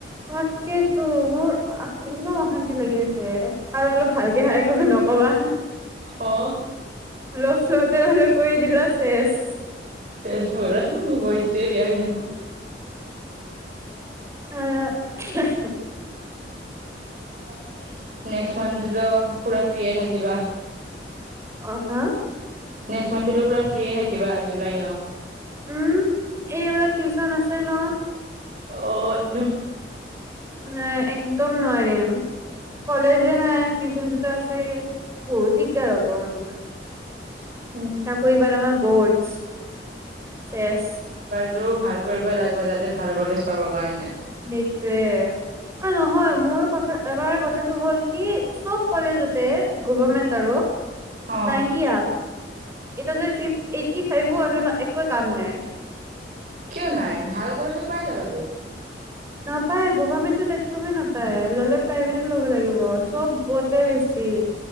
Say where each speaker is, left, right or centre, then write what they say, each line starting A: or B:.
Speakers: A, on the right; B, on the right.
A: তাকেইতো মোৰ একদম অশান্তি লাগি আছে আৰু অলপ ভালকে খাই একো নকবা
B: অ
A: ্লতে হলে কৰি দিলা শেষ
B: চেজ পৰা মোৰ বইচটয়ে বেয়া হৈ যাব
A: অ
B: <inaudible> নেক্সট মথ দ পুৰা ফ্ৰিয়ে থাকিবা
A: অ হা
B: নেক্সট মান্থটোতো পুৰা ফ্ৰিয়ে থাকিবা জুলাই ন
A: উম এই মল টিউচন আছে ন
B: অন
A: নাই একদম নোৱাৰ ৰেম কলেজে নাই টিউচনটোতো আছে বহুত দিগদাৰ হ'ব ম
B: <inaudible>
A: াকুৰবাৰ আৰ বৰ্ছ শেষ
B: তটো ভাল কৰিবই লাগিব যাতে ভাল কলেজ পাব কাৰণে
A: সেইটোয়ে নহয় মোৰ কথা আমাৰ কথাটো হ'ল কি চব কলেজতে গভমেন্ট আৰু
B: অ',
A: নাইনটি আপ এ যদি ফ এইটটি ফাইভো একোৱেই কাম নাই
B: কিয় নাই ভাল কলেজে পাই যাবা তো
A: নাপায় গভাৰমেণ্টত একদমেই নাপায় ল'লে প্ৰাইভেটত ল'ব লাগিব চব বতে বেছি